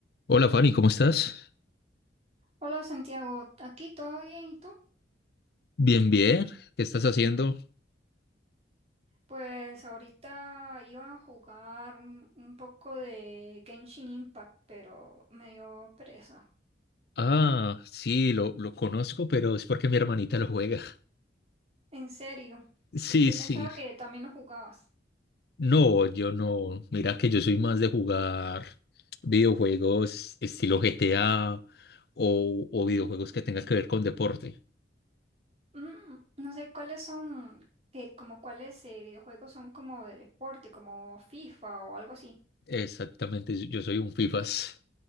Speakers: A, on the left; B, on the right.
A: Hola Fanny, ¿cómo estás?
B: Hola Santiago, aquí todo bien, ¿y tú?
A: Bien, bien. ¿Qué estás haciendo?
B: Pues ahorita iba a jugar un, un poco de Genshin Impact, pero me dio pereza.
A: Ah, sí, lo, lo conozco, pero es porque mi hermanita lo juega.
B: En serio,
A: Sí,
B: yo
A: sí.
B: pensaba que también lo jugabas.
A: No, yo no. Mira que yo soy más de jugar videojuegos estilo GTA o, o videojuegos que tengan que ver con deporte.
B: Mm, no sé cuáles son, que como cuáles eh, videojuegos son como de deporte, como FIFA o algo así.
A: Exactamente, yo soy un FIFAs.